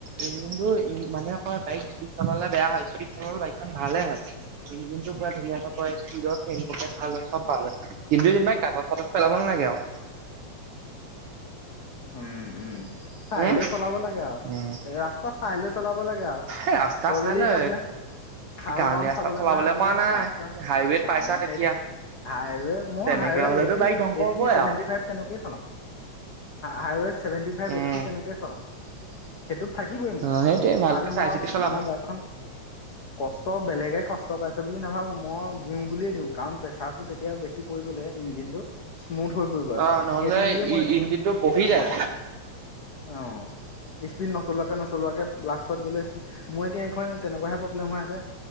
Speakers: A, on the right; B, on the left.
A: ইঞ্জিনটো মানে কয় বাইক স্পীড চলালে বেয়া হয় স্পীড চলালে বাইকখন ভালে হয়, ইঞ্জিন ইঞ্জিন পোৰাধুনীয়াে হৈ পৰে স্পীদত চেনইস্প ভাল হয় চব ভাল হয় কিন্তু যেনেবা গাতঁ চাটত পেলাব নালাগে আৰু
B: উম- উম চাই
A: উম
B: লৈ চলাব লাগে আৰু,
A: উম
B: ৰাস্তা চাই লৈ চলাব লাগে আৰু
A: এই ৰাস্তা
B: তই
A: চাই
B: যদি
A: লৈ
B: এতিয়া বোলে খাল
A: গাঁৱলীয়া
B: বাম
A: ৰাস্তাত
B: চাবলে
A: চলাবলৈ
B: নাই বোলে
A: কোৱা নাই
B: গাতা,
A: হাইৱেত
B: অহ
A: পাইছা তেতিয়া
B: সেইটো হাইৱে মই
A: তেনেকে
B: হাইৱে
A: হলেতো
B: এই
A: বাইক ধ্বংস
B: এইটটি
A: হবই
B: চছেভেনটি
A: আৰু
B: ফাইভ তেনেকেই চলাও হাইৱে চেভেনতি ফাইভ
A: উম
B: এইটিট তেনেকে চলাও সেইটোত থাকিবই মোৰ
A: অ সেইটোৱে ভালকে
B: মানে
A: চাই
B: মই
A: চিতি চলাবা
B: মই বাইকখন কষ্ট বেলেগে কষ্ট পাইছে বুলি নাবোঁ মই দিওঁ বুলিয়েই দিওঁ কাৰণ প্ৰেছাৰটো তেতিয়া বেছি পৰি গ'লে ইঞ্জিনটোত ইস্মুথ হৈ পৰিব
A: অ নহলে
B: সেইটো বুলিয়ে মই
A: ই
B: এইকেইদিন
A: ইঞ্জিনটো বহি
B: প্ৰেচাৰ
A: যায়।
B: দিয়া অহ স্পীড নচলে নচলোৱাকে নচলোৱাকে লাষ্টত বোলে মই এতিয়া এইখন তেনেকুৱা হে প্ৰবলেম হৈ আছে